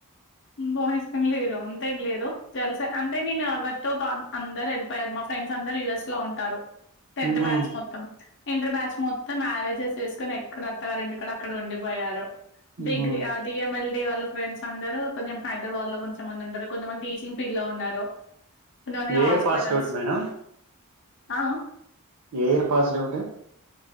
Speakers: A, on the left; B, on the right.
A: బాయ్స్ ఏం లేరు అంతేం లేదు, తెలుసా అంటే నేను ఎవరితో కాం అందరు వెళ్ళిపోయారు, మా ఫ్రెండ్స్ అందరు యుఎస్ లో ఉంటారు. టెన్త్
B: ఉహు
A: బ్యాచ్ మొత్తం ఇంటర్ బ్యాచ్ మొత్తం మ్యారేజెస్ చేసుకొని ఎక్కడ అత్తగారు ఇంటికాడ అక్కడ ఉండిపోయారు
B: ఉహు
A: డిగ్రీ ఆ డిఎంఎల్ <unintelligible> వాళ్ళు ఫ్రెండ్స్ అందరు కొంచెం హైద్రాబాద్ లో కొంచంమంది ఉంటారు కొంతమంది టీచింగ్ ఫీల్డ్ లో ఉన్నారు కొంతమంది
B: ఏ year
A: hospitals
B: passed out madam
A: ఆ అ
B: ఏ ఇయర్ పాస్డ్ అవుట్